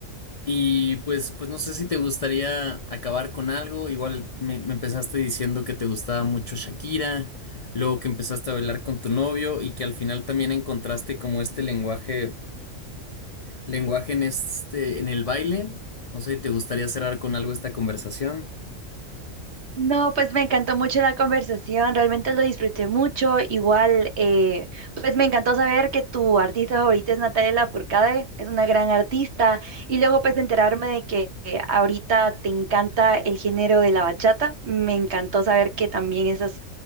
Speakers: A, on the left (about 65°); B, on the right (about 55°).
A: y pues, pues no sé si te gustaría acabar con algo, igual me, me empezaste diciendo que te gustaba mucho Shakira, luego que empezaste a bailar con tu novio y que al final también encontraste como este lenguaje lenguaje en este, en el baile. No sé si te gustaría cerrar con algo esta conversación.
B: No, pues me encantó mucho la conversación, realmente lo disfruté mucho. Igual, eh, pues me encantó saber que tu artista favorita es Natalia Lafourcade, es una gran artista. Y luego pues enterarme de que eh, ahorita te encanta el género de la bachata. Me encantó saber que también estás